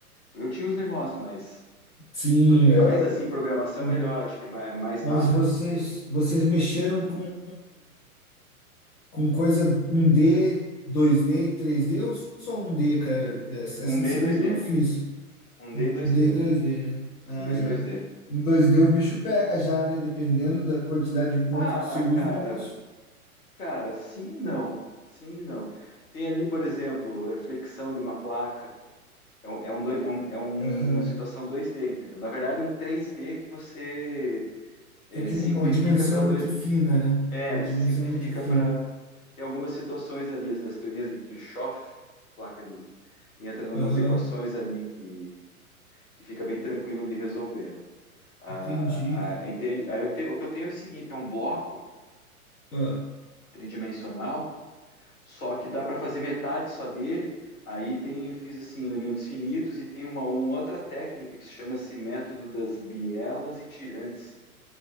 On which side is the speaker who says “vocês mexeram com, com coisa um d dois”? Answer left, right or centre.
Left